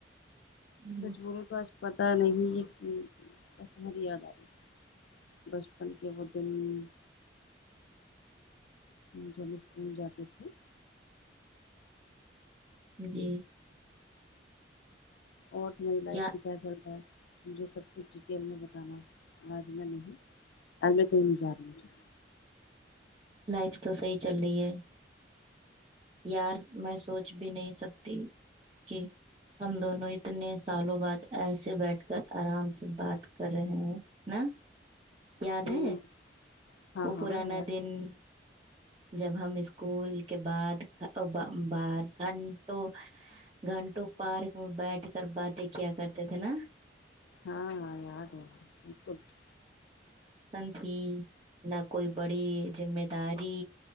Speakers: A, on the right; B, on the left.
A: ہم،
B: سجو تو آج <unintelligible> پتا نہیں یہ کہ ب مر یاد آ رہ بچپن کے وہ دن <unintelligible> ج اسکول جات تھی <unintelligible>
A: جی <unintelligible>
B: اور تمہری لائف
A: یا
B: بھی کیا چلتا ہے <unintelligible> مجھے سب کچھ ڈیٹیل میں بتانا آج میں نہیں آج میں کہیں نہیں جا رہی م <unintelligible>
A: لائف تو صحی چل رہی ہے یار میں سوچ بھی نہیں سکتی <unintelligible> کہ ہم دونوں <unintelligible> اتنے سالوں بعد ایسے بیٹھ کر آرام سے بات کر رہے ہیں <unintelligible> ن یاد
B: ہوں
A: ہے
B: ہاں
A: وہ
B: ہاں
A: پرانا
B: یار
A: دن <unintelligible> جب ہم اسکول کے بعد بار گھنٹوں گھنٹوں پارک میں بیٹھ کر باتیں کیا کرتے تھے نا <unintelligible>
B: ہاں ہاں یاد ہے بک <unintelligible>
A: ھی نہ کوئی بڑی جی میں داری